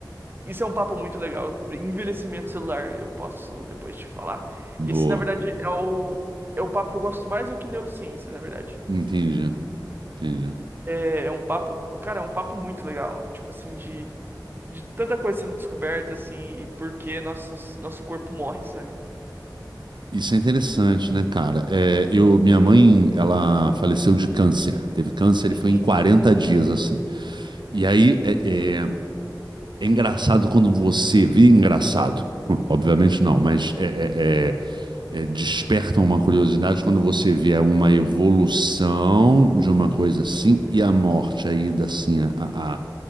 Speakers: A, on the right; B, on the right.
A: Isso é um papo muito legal sobre envelhecimento celular. Eu posso depois te falar.
B: <laughs>
A: Esse,
B: Boa,
A: na verdade, é o, é o papo que eu gosto mais do que neurociência, na verdade.
B: entendi, entendi.
A: É, é um papo, cara, é um papo muito legal. Tipo assim, de, de tanta coisa sendo descoberta, assim, e por que nossos, nosso corpo morre, sabe?
B: Isso é interessante, né, cara? É, eu, minha mãe, ela faleceu de câncer. Teve câncer e
A: Uhum.
B: foi em 40 dias, assim. E aí é, é- é engraçado quando você vê engraçado. <laughs> Obviamente não, mas é, é- é- é, desperta uma curiosidade quando você vê uma evolução de uma coisa assim e a morte, a ida assim, a, a, a